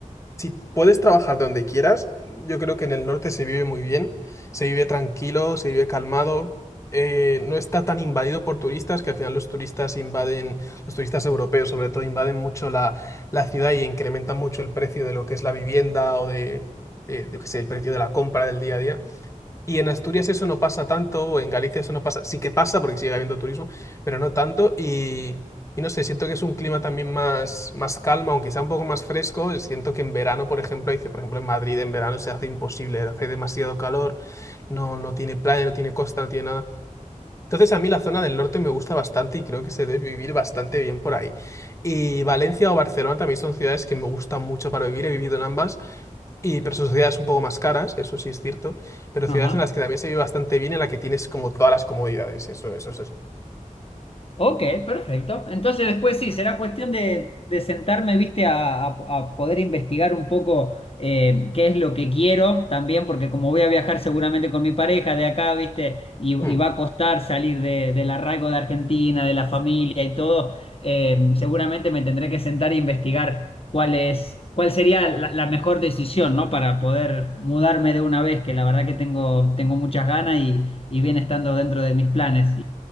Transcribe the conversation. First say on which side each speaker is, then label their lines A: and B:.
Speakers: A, on the left; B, on the left.
A: si puedes trabajar donde quieras, yo creo que en el norte se vive muy bien, se vive tranquilo, se vive calmado, eh, no está tan invadido por turistas, que al final los turistas invaden, los turistas europeos sobre todo invaden mucho la, la ciudad y incrementan mucho el precio de lo que es la vivienda o de, eh, yo qué sé, el precio de la compra del día a día. Y en Asturias eso no pasa tanto, o en Galicia eso no pasa, sí que pasa porque sigue habiendo turismo, pero no tanto. Y, y no sé, siento que es un clima también más, más calma, aunque sea un poco más fresco. Siento que en verano, por ejemplo, dice, por ejemplo, en Madrid en verano se hace imposible, hace demasiado calor, no, no tiene playa, no tiene costa, no tiene nada. Entonces a mí la zona del norte me gusta bastante y creo que se debe vivir bastante bien por ahí. Y Valencia o Barcelona también son ciudades que me gustan mucho para vivir, he vivido en ambas. Y, pero son ciudades un poco más caras, eso sí es cierto, pero
B: Ajá.
A: ciudades en las que también se vive bastante bien, en las que tienes como todas las comodidades, eso, eso es así.
B: Ok, perfecto. Entonces después sí, será cuestión de, de sentarme, viste, a, a- a poder investigar un poco eh, qué es lo que quiero también, porque como voy a viajar seguramente con mi pareja de acá, viste, y,
A: Mm,
B: y va a costar salir de- del arraigo de Argentina, de la familia y todo, eh, seguramente me tendré que sentar e investigar cuál es, cuál sería la, la mejor decisión, ¿no? Para poder mudarme de una vez, que la verdad que tengo, tengo muchas ganas y, y viene estando dentro de mis planes.